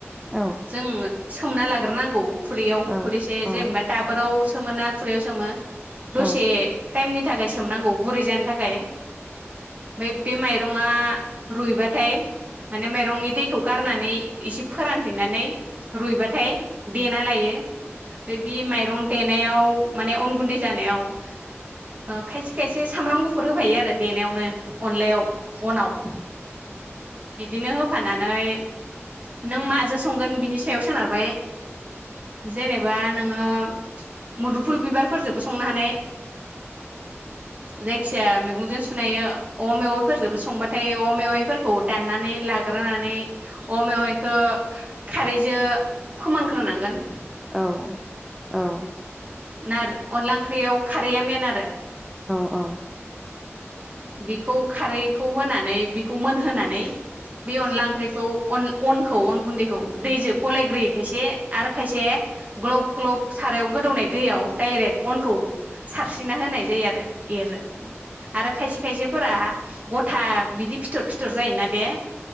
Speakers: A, in the centre; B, on the right.
A: औ
B: जोङो सोमना लाग्रोनांगौ। खुरैयाव
A: औ
B: खुरैसे जेनेबा
A: औ
B: दाबोराव सोमोन ना खुरैयाव सोमो दसे
A: औ
B: टाइमनि थाखाय सोमनांगौ गुरै जानो थाखाय बै बे माइरं ङा रुयबाथाय माने माइरंनि दैखौ गारनानै एसे फोरान फिननानै रुयबाथाय देना लायो बे बि माइरं देनायाव माने अन गुन्दै जानायाव ओ खायसे खायसे सामब्राम गुफुर होफायो आरो देनायावनो अनलायाव अनाव बिदिनो होब फानानै नों मा जो संगोन बिनि सायाव सोनारबाब जेनेबा नोङो मुदुमफुल बिबिरफोरजोंबो संनोहानाय जायखि जाया मैगंजो सुनायो औवा मेवाइफोरजोंबो संबाथाय औवा मेवाइफोरखौ दाननानै लाग्रोनानै औवा मेवाइखौ खारैजो फोमानग्रोनांगोन।
A: ओउ ओउ।
B: नार अनला ओंख्रियाव खारैया मेन आरो
A: ओउ।
B: बेखौ खारैखौ होनानै बिखौ मोनहोनानै बे अनला ओंख्रिखौ अनला अनखौ अन गुन्दैखौ दैजों गलायग्रोयो खायसे आरो खायसे ग्लब ग्लब सारायाव गोदौनाय दैयाव दायरेक अनखौ सारस्रिरिना होनाय जायो आरो एरो आरो खायसे जोफोरा गथा बिदि फिथर फिथर जायोना बे